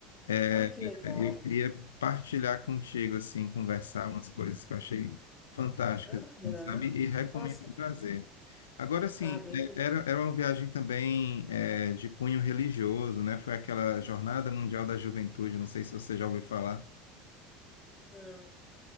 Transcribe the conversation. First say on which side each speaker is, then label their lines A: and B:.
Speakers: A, on the left (about 75°); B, on the left (about 20°).
A: É,
B: Ah, que legal.
A: eu queria partilhar contigo, assim, conversar umas coisas que eu achei fantásticas,
B: Aham.
A: assim, sabe? E recomendo
B: Nossa.
A: fazer. Agora, assim,
B: Ah, beleza.
A: é, era, era uma viagem também é, de cunho religioso, né? Foi aquela Jornada Mundial da Juventude, não sei se você já ouviu falar.
B: Não,